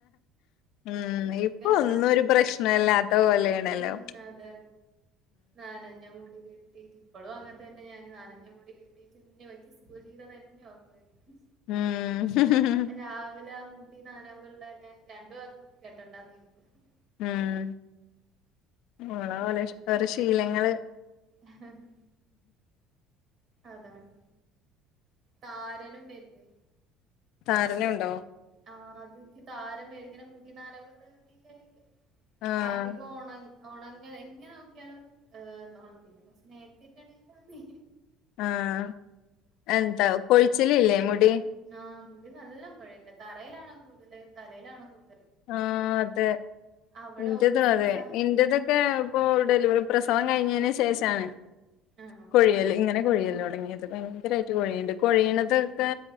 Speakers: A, on the left; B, on the right.
A: ഉം
B: ഇതിങ്ങനെ
A: ഇപ്പൊ ഒന്നും
B: നനഞ്ഞ
A: ഒരു പ്രശ്നല്ലാത്ത
B: മുടി
A: പോലെണല്ലോ.
B: ഉം അതെ നനഞ്ഞ മുടി കെട്ടി. കിട്ടീട്ട് ഇപ്പളും അങ്ങനെ തന്നെ ഞാന് നനഞ്ഞ മുടി കെട്ടിട്ട്ന്നെ വെക്ക സ്കൂൾ ജീവിതം തന്നെ ഓർമ വരും.
A: ഉം
B: രാവിലെ മുടി നനവ് ള്ളെന്നെ രണ്ട് ഭാത്തും കെട്ടണ്ടാന്ന് വിചാരിക്കും.
A: ഉം ഓള ഓലെ ഓരോ ശീലങ്ങള്.
B: ആ ഹ് അതാണ് താരനും വര്ലെ
A: താരനുണ്ടോ?
B: ആ അതെനിക്ക് താരൻ വരും ങ്ങനെ മുടി നനവ്ള്ള കെട്ടിട്ടായിരിക്കും
A: ആഹ്
B: അധികം ഒണ ഒണങ്ങല എങ്ങനെ നോക്കിയാലും ഏ ണങ്ങത്തില്ല പിന്നെ കൊർച്ച് നേര്ത്തെക്കെ എണീറ്റാ മതി.
A: ആഹ് എന്താ കൊഴിച്ചിലില്ലേ മുടി?
B: ആഹ് മുടി നല്ല കൊഴിണ്ട് തറയിലാണോ കൂടുതൽ തലയിലാണോ കൂടുതൽ.
A: ആ അതെ
B: അവിടെ
A: ഇന്റതു
B: ഓഫീസില്
A: അതെ
B: സാഹബ്
A: ഇന്റതൊക്കെ
B: പറയും ഉം
A: ഇപ്പൊ ഡെലിവറി പ്രസവം കഴിഞ്ഞേന് സേഷാണ്
B: ആണോ
A: കുഴിയല്
B: ആഹ്
A: ഇങ്ങനെ കൊഴിയല്ല് തൊടങ്ങിയത് ഭയങ്കരായിട്ട് കൊഴിയണ്ട് കൊഴിയണതെക്കെ